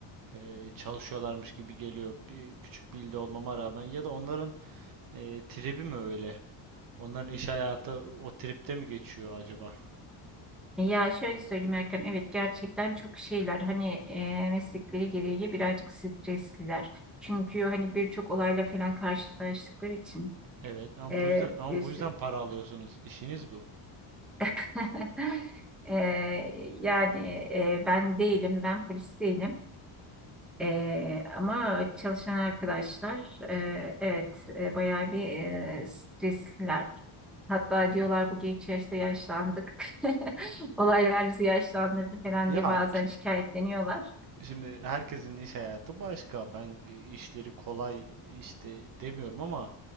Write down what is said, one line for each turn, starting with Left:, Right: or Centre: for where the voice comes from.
Right: e, çalışıyorlarmış gibi geliyor bir küçük bir ilde olmama rağmen ya da onların e, tribi mi öyle? Onların iş hayatı o tripte mi geçiyor acaba?
Centre: Ya şöyle söyleyeyim Erkan, evet gerçekten çok şeyler hani e, meslekleri gereği birazcık stresliler. Çünkü hani birçok olayla falan karşılaştıkları için
Right: Evet ama
Centre: e,
Right: bu yüzden ama
Centre: bir
Right: bu
Centre: sürü...
Right: yüzden para alıyorsunuz işiniz bu.
Centre: <laughs> E, yani e, ben değilim, ben polis değilim. E, ama çalışan arkadaşlar e, evet e, bayağı bir e, stresliler. Hatta diyorlar bu geç yaşta yaşlandık. <laughs> Olaylar bizi yaşlandırdı falan
Right: Ya
Centre: diye bazen
Right: ki-
Centre: şikayetleniyorlar.
Right: şimdi herkesin iş hayatı başka. Ben e, işleri kolay işte demiyorum ama